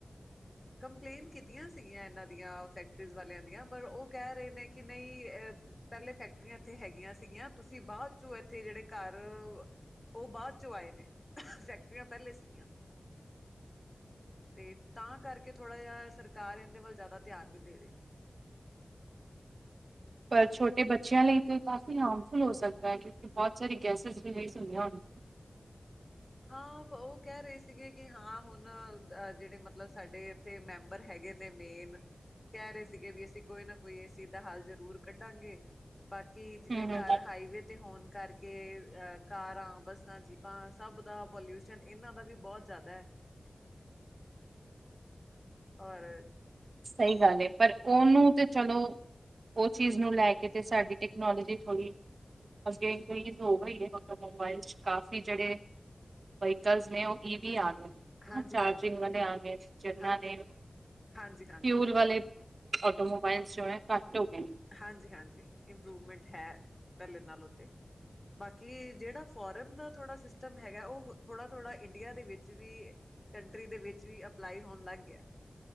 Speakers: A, on the left; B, on the right.
A: ਕੰਪਲੇਂਨ ਕੀਤੀਆਂ ਸੀਗੀਆਂ ਇਹਨਾਂ ਦੀਆਂ ਫੈਕਟਰੀਜ਼ ਵਾਲਿਆਂ ਦੀਆਂ, ਪਰ ਉਹ ਕਹਿ ਰਹੇ ਨੇ ਕਿ ਨਹੀਂ ਅ ਪਹਿਲੇ ਫੈਕਟਰੀਆਂ ਇੱਥੇ ਹੈਗੀਆਂ ਸੀਗੀਆਂ, ਤੁਸੀਂ ਬਾਅਦ 'ਚੋਂ ਇੱਥੇ ਜਿੜੇ ਘਰ ਉਹ ਬਾਅਦ 'ਚੋਂ ਆਏ ਨੇ, ਫੈਕਟਰੀਆਂ ਪਹਿਲੇ ਸੀਗੀਆਂ। ਤੇ ਤਾਂ ਕਰਕੇ ਥੋੜ੍ਹਾ ਜਿਹਾ ਸਰਕਾਰ, ਇਹਦੇ ਵੱਲ ਜ਼ਿਆਦਾ ਧਿਆਨ ਨਹੀਂ ਦੇ ਰਹੀ।
B: ਪਰ ਛੋਟੇ ਬੱਚਿਆਂ ਲਈ ਤਾਂ, ਕਾਫ਼ੀ ਹਾਰਮਫੁਲ ਹੋ ਸਕਦਾ ਹੈ। ਕਿ ਬਹੁਤ ਸਾਰੀ, ਗੈਸਿਜਲੀਜ਼ ਹੁੰਦਿਆਂ ਹੋਨ
A: ਹਾਂ ਉਹ ਕਹਿ ਰਹੇ ਸੀਗੇ, ਕਿ ਹਾਂ ਹੁਣ ਅ ਜਿਹੜੇ ਮਤਲਬ ਸਾਡੇ ਤੇ ਮੈਂਬਰ ਹੈਗੇ ਨੇ, ਮੇਨ ਕਹਿ ਰਹੇ ਸੀਗੇ, ਵੀ ਅਸੀਂ ਕੋਈ ਨਾ ਕੋਈ ਇਸ ਚੀਜ਼ ਦਾ ਹੱਲ ਜ਼ਰੂਰ ਕੱਢਣਗੇ। ਬਾਕੀ ਜਿਵੇਂ
B: ਹਮ
A: ਘਰ
B: ਹਮ
A: ਹਾਈਵੇ ਤੇ ਹੋਣ ਕਰਕੇ, ਅ ਕਾਰਾਂ, ਬੱਸਾਂ, ਜੀਪਾਂਸ ਸਭ ਦਾ ਪੋਲਿਊਸ਼ਨ, ਇਹਨਾਂ ਦਾ ਵੀ ਬਹੁਤ ਜ਼ਿਆਦਾ ਹੈ। ਹੋਰ
B: ਸਹੀ ਗੱਲ ਏ, ਪਰ ਉਹਨੂੰ ਤੇ ਚਲੋ ਉਹ ਚੀਜ਼ ਨੂੰ ਲੈ ਕੇ ਤੇ, ਸਾਡੀ ਟੈਕਨੋਲੋਜੀ ਥੋੜ੍ਹੀ ਅਗੇ ਕੋਈ ਹੋ ਗ ਹੀ ਹੈ ਟੋਮੋਬਾਈਲ 'ਚ, ਕਾਫੀ ਜਿਹੜੇ ਵਹੀਕਲਸ ਨੇ ਉਹ ਈ ਵੀ ਆ ਗਏ ਹਨਾ,
A: ਹਾਂਜੀ
B: ਚਾਰਜਿੰਗ
A: ਹਾਂਜੀ
B: ਵਾਲੇ ਆ ਗਏ ਜਿਨਾ
A: ਹਾਂਜੀ
B: ਦੇ
A: ਹਾਂਜੀ ਹਾਂਜੀ
B: ਫਿਊਲ
A: ਹਾਂਜੀ
B: ਵਾਲੇ, ਅਟੋਮੋਬਾਈਲਸ ਜੋ ਹੈ ਕੱਟ ਹੋ ਗਏ।
A: ਹਾਂਜੀ ਹਾਂਜੀ, ਇੰਪਰੂਵਮੈਂਟ ਹੈ, ਪਹਿਲੇ ਨਾਲ ਤੇ। ਬਾਕੀ ਜਿਹੜਾ ਫੋਰਨ ਦਾ ਥੋੜ੍ਹਾ ਸਿਸਟਮ ਹੈਗਾ, ਉਹ ਥੋੜ੍ਹਾ -ਥੋੜ੍ਹਾ ਇੰਡੀਆ ਦੇ ਵਿੱਚ ਵੀ ਕੰਟਰੀ ਦੇ ਵਿੱਚ ਵੀ, ਅਪਲਾਈ ਹੋਣ ਲੱਗ ਗਿਆ